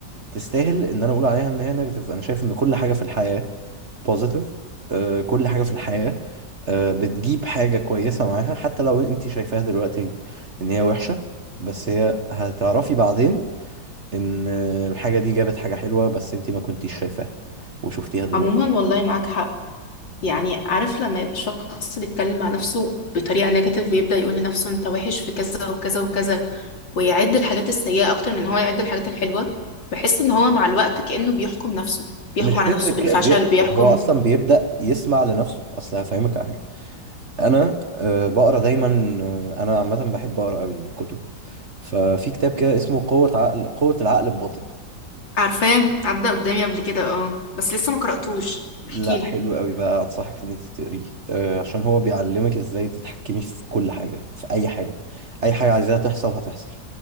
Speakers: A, on the right (about 40°); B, on the left (about 75°).
A: تستاهل إن أنا أقول عليها إن هي نيجاتيف أنا شايف إن كل حاجة في الحياة بوزيتيف آه كل حاجة في الحياة آه بتجيب حاجة كويسة معاها حتى لو أنت شايفاها دلوقتي إن هي وحشة بس هي هتعرفي بعدين ان الحاجه دي جابت حاجه حلوه بس انت ما كنتيش شايفاها وشفتيها دلوقتي
B: عموما والله معاك حق يعني عارف لما يبقى الشخص بيتكلم مع نفسه بطريقة نيجاتيف ويبدأ يقول لنفسه انت وحش في كذا وكذا وكذا ويعد الحاجات السيئة اكتر من هو يعد الحاجات الحلوة بحس ان هو مع الوقت كأنه بيحكم نفسه بيحكم
A: مش
B: على
A: فكره
B: نفسه بالفشل
A: كده بي...
B: بيحكم
A: هو اصلا بيبدا يسمع لنفسه اصل هفهمك على حاجه انا آه، بقرا دايما آه، انا عامه بحب اقرا قوي كتب ففي كتاب كده اسمه قوه عقل قوه العقل الباطن
B: عارفاه عدى قدامي قبل كده اه بس لسه ما قرأتوش
A: لا
B: احكيلي
A: حلو قوي بقى انصحك ان انت تقريه آه، عشان هو بيعلمك ازاي تتحكمي في كل حاجه في اي حاجه اي حاجه عايزاها تحصل هتحصل